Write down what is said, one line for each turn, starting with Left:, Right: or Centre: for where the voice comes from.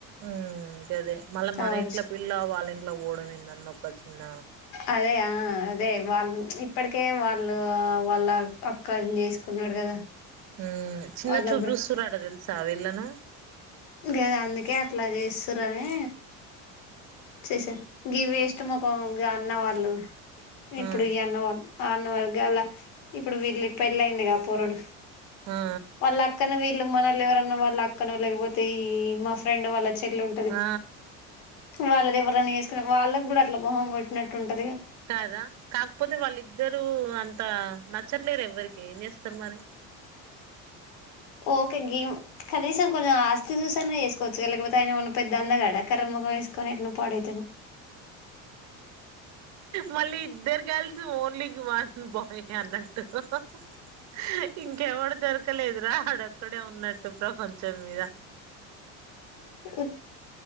Right: ఉమ్ గదే మళ్ళా
Left: కావచ్చు
Right: మన ఇంట్లో పిల్ల వాళ్ళ ఇంట్లోకి పోవడం ఏంది అన్న ఒక చిన్న
Left: అదే ఆ అదే వాళ్ళు ఇప్పటికే వాళ్ళు ఆ వాళ్ళ అక్కని చేసుకున్నాడు కదా
Right: ఊ చిన్న
Left: వాళ్ళ
Right: చూపు చూస్తుర్రట తెలుసా వీళ్ళను
Left: గదే అందుకే అట్లా చేస్తుర్రని చేసే గీ వేస్ట్ మొఖం గా అన్నవాళ్ళు ఇప్పుడు
Right: ఆ
Left: ఈ అన్నవాళ్ళు ఆన్న వర్గాల ఇప్పుడు వీళ్ళు పెళ్లి అయ్యింది గా పొరడు
Right: ఆ ఆ
Left: వాళ్ళ అక్కని వీళ్ళు మనోళ్ళు ఎవరన్నా వాళ్ళ అక్కనం లేకపోతే ఈ మా ఫ్రెండ్ వాళ్ళ చెల్లి ఉం
Right: ఆ
Left: వాళ్ళది ఎవ్వరనా ఏసుకుని వాళ్ళకి కూడా అట్లా మొహం కొట్టినట్టు ఉంటది గా
Right: కదా కాకపోతే వాళ్ళిద్దరూ అంత నచ్చట్లేరు ఎవ్వరికీ ఏం చేస్తరు మరి
Left: ఓకే గివ్ కనీసం కొంచెం ఆస్తి చూసి అన్నా ఏసుకోవచ్చు గా లేకపోతే ఆయనేమన్నా పెద్ద అందగాడా కర్రి మొఖం ఏసుకొని నువ్వు పాడైతవు
Right: మళ్ళీ ఇద్దరు గర్ల్స్ ఓన్లీకి వన్ బాయ్ అన్న ట్టు ఇంకెవడు దొరకలేదు రా ఆడోక్క డే ఉన్నట్టు ప్రపంచం మీద
Left: ఇ